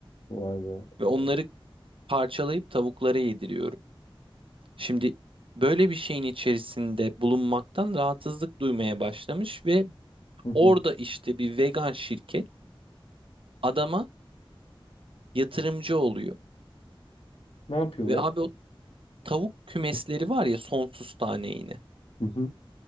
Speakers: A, on the left; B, on the right.
A: Vay be.
B: ve onları parçalayıp tavuklara yediriyorum. Şimdi böyle bir şeyin içerisinde bulunmaktan rahatsızlık duymaya başlamış ve
A: Hı
B: orada
A: hı.
B: işte bir vegan şirket adama yatırımcı oluyor.
A: Ne yapıyorlar?
B: Ve abi o tavuk kümesleri var ya sonsuz tane yine.
A: Hı hı.